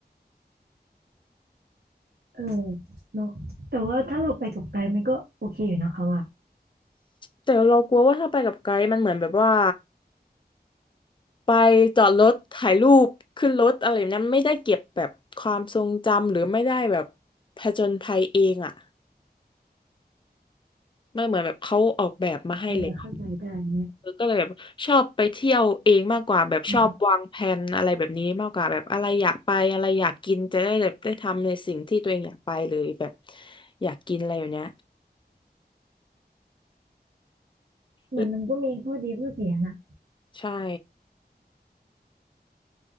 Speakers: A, on the right (about 70°); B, on the left (about 30°).
A: เออเนอะแต่ว่าถ้าเราไปกับไกด์มันก็โอเคอยู่นะคะว่า
B: แต่เรากลัวว่าถ้าไปกับไกด์มันเหมือนแบบว่า ไปจอดรถถ่ายรูปขึ้นรถอะไรแบบนั้นไม่ได้เก็บแบบความทรงจำหรือไม่ได้แบบผจญภัยเองอ่ะมันเหมือนแบบเขาออกแบบมาให้เลย
A: เออเข้าใจได้เนี่ย
B: เออก็เลยแบบชอบไปเที่ยวเองมากกว่าแบบชอบวางแผนอะไรแบบนี้มากกว่าแบบอะไรอยากไปอะไรอยากกินจะได้แบบได้ทำในสิ่งที่ตัวเองอยากไปเลยแบบ
A: อืม
B: อยากกินอะไรอย่างเนี้ย
A: เหมือนมันก็มีข้อดีข้อเสียนะ
B: เออใช่